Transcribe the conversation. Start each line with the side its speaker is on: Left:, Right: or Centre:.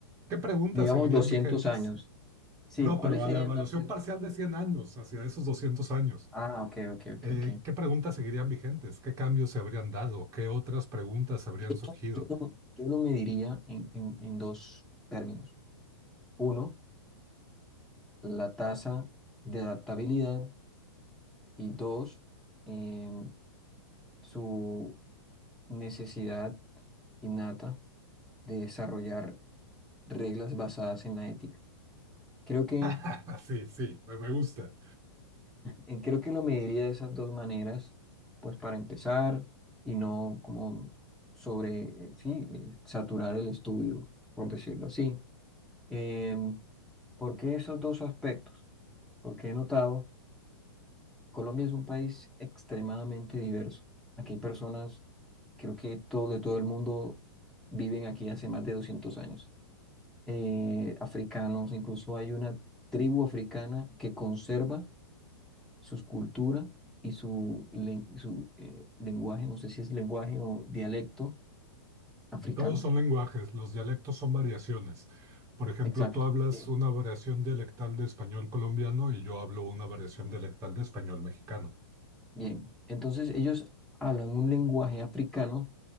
Right: ¿qué preguntas
Centre: Digamos
Right: seguirían
Centre: 200
Right: vigentes?
Centre: años. Sí,
Right: No,
Centre: ¿cuáles
Right: pero
Centre: serían
Right: a la evaluación
Centre: las... pre-
Right: parcial de 100 años, hacia esos doscientos años.
Centre: Ah, ok, ok, ok,
Right: eh,
Centre: ok.
Right: ¿qué preguntas seguirían vigentes? ¿Qué cambios se habrían dado? ¿Qué otras preguntas habrían
Centre: Yo,
Right: surgido?
Centre: no, yo lo, yo lo mediría en, en- en dos términos. Uno, la tasa de adaptabilidad y dos, em, su necesidad innata de desarrollar reglas basadas en la ética. Creo que,
Right: <laughs> Sí, sí, me me gusta.
Centre: eh, creo que lo mediría de esas dos maneras, pues para empezar y no como sobre, eh, sí, eh, saturar el estudio, por decirlo así. Em, ¿por qué esos dos aspectos? porque he notado, Colombia es un país extremadamente diverso. Aquí hay personas, creo que todo, de todo el mundo viven aquí hace más de 200 años. Eh, africanos, incluso hay una tribu africana que conserva sus cultura y su, len- su, eh, lenguaje, no sé si es lenguaje o dialecto africano.
Right: Todos son lenguajes, los dialectos son variaciones. Por ejemplo,
Centre: Exacto.
Right: tú hablas
Centre: Bien,
Right: una variación dialectal de español colombiano y yo hablo una variación dialectal de español mexicano.
Centre: bien. Entonces ellos hablan un lenguaje africano